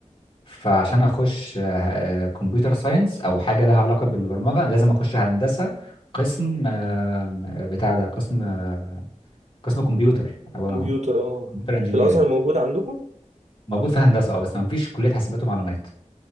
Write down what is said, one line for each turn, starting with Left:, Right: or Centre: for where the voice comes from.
Left: فعشان اخش آه، آه، كمبيوتر ساينس او حاجة لها علاقة بالبرمجة لازم اخش هندسة قسم آم، آه، بتاع ده قسم آه، قسم كمبيوتر او
Right: كمبيوتر اه
Left: كمبيوتر انجينيرنج
Right: في الازهر موجود عندكم
Left: موجود في هندسه اه بس ما فيش كليه حاسبات ومعلومات